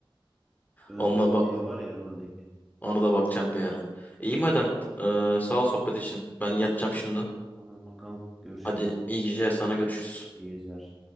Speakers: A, in the centre; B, on the left.
A: Özgür
B: ona, bak
A: diye var ya roldeki.
B: ona da bakacağım bir ara. İyi madem. Ee, sağ ol sohbet için. Ben yatacağım şimdi.
A: Tamam bakalım. Görüşürüz.
B: Hadi iyi geceler sana görüşürüz.
A: İyi geceler.